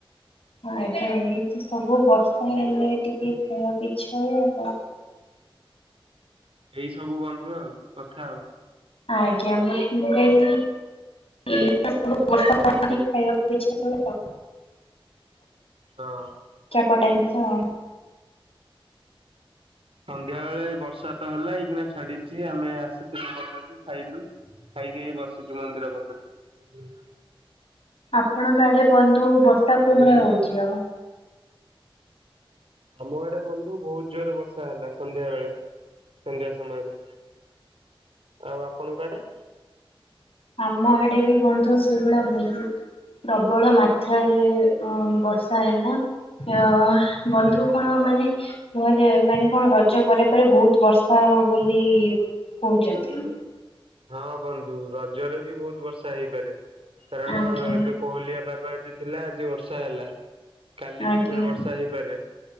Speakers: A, on the left (about 80°); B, on the right (about 75°).
A: ଆ ଏଇତ ସବୁ ବର୍ଷା ହେଲେ ଟିକେ ଖାଇବାକୁ ଇଚ୍ଛା ହୁଏ ଆଉ।
B: ଏଇ ସବୁ ବନ୍ଧୁ ଆଉ କଥା ଆଉ।
A: ଆଜ୍ଞ ଆ ମୁଁ କହିଲି। ଏ ସବୁ ତ ବର୍ଷା ପାଗକୁ ଖାଇବାକୁ ଇଚ୍ଛା ହୁଏ ଆଉ।
B: ହଁ
A: ଚପଟା ଜିନିଷ ଆଉ
B: ସନ୍ଧ୍ୟା ବେଳେ ବର୍ଷା ତ ହେଲା ଏଇଖିଣା ଛାଡିଛି ଆମେ ଆସିଥିଲୁ ପଦାକୁ ଖାଇଲୁ ଖାଇକି ବସିଛୁ ମନ୍ଦିର ପାଖରେ
A: ଆପଣଙ୍କ ଆଡେ ବନ୍ଧୁ ବର୍ଷା କଉ
B: ବୁଝିଲୁ।
A: ଭଳିଆ ହଉଛି ଆଉ
B: ଆମ ଆଡେ ବନ୍ଧୁ ବହୁତ ଜୋରରେ ବର୍ଷା ହେଲା ସନ୍ଧ୍ୟା ବେଳେ ସନ୍ଧ୍ୟା ସମୟରେ ଆଉ ଆପଣଙ୍କ ଆଡେ
A: ଆମ ଆଡେ ବି ବନ୍ଧୁ ସେଇଭଳିଆ ବହୁତ ପ୍ରବଳ ମାତ୍ରାରେ ଅ ବର୍ଷା ହେଲା ଅ ବନ୍ଧୁ କଣ ମାନେ କୁହାଯାଏ ମାନେ କଣ ରଜ ପରେ ପରେ ବହୁତ ବର୍ଷା ହଉ ବୋଲି କହୁଛନ୍ତି।
B: ହଁ ବନ୍ଧୁ ରଜରେ ବି ବହୁତ ବର୍ଷା ହେଇପାରେ କାରଣ
A: ଆଜ୍ଞା
B: ଏବେ କୋହଲିଆ ପାଗ ଆଜି ଥିଲା ଆଜି ବର୍ଷା ହେଲା, କାଲି
A: ଆଜ୍ଞା
B: ବି ଫେରେ ବର୍ଷା ହେଇପାରେ,